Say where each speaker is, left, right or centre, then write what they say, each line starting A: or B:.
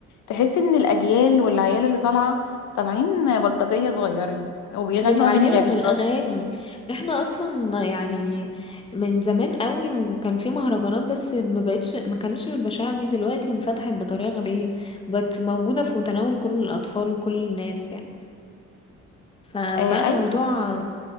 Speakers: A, on the left; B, on the left.
A: تحس ان الاجيال والعيال اللي طالعه طالعين بلطجيه صغيرين وبيغنوا
B: بيتعلموا
A: اغاني غريبه
B: من الأغاني احنا أصلا يعني من زمان قوي وكان في مهرجانات بس ما بقتش ما كانتش بالبشاعة دي دلوقتي انفتحت بطريقة غبية بقت موجودة في متناول كل الأطفال وكل الناس يعني فبقى
A: آه
B: الموضوع
A: اي